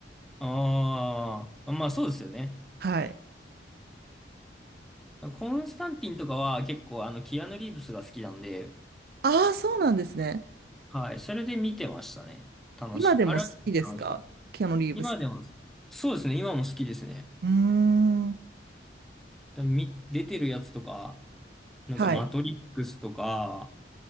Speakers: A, in the centre; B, on the right.
A: ああ、まあそうですよね。
B: はい。
A: コンスタンティンとかは結構あの、キアヌ・リーブスが好きなんで、
B: ああ、そうなんですね。
A: はい、それで見てましたね。楽しい。
B: 今でも好きですかキアヌ・
A: あれは楽しく。
B: リーブス。
A: 今でも、そうですね、今も好きですね。
B: うーん。
A: み出てるやつとか、なんかマトリックスとか、
B: はい。